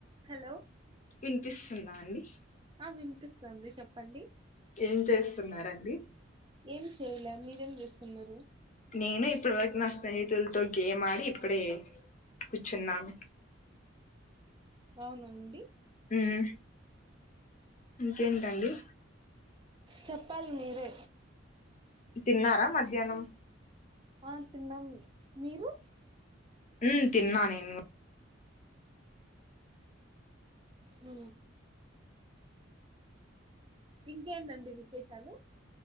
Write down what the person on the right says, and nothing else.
Hello
ఆ వినిపిస్తోంది చెప్పండి
ఏం చేయలా మీరేం చేస్తున్నారు
అవునా అండి
చెప్పాలి మీరే
ఆ తిన్నాం మీరు
హ ఇంకేంటండి విశేషాలు